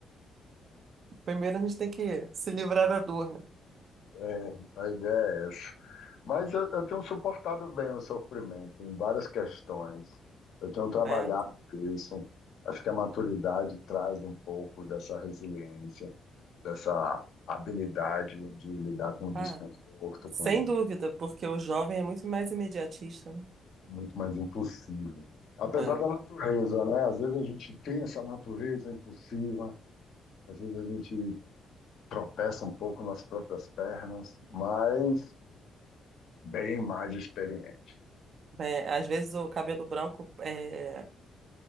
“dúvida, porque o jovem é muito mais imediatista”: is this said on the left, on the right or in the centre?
Right